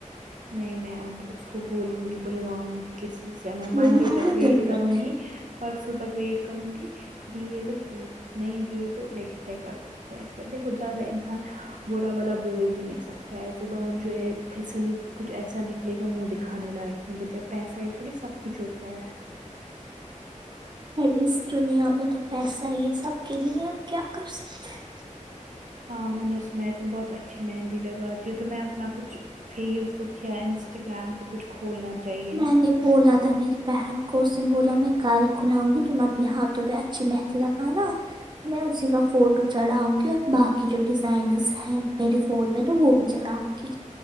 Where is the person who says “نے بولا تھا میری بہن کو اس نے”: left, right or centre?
Right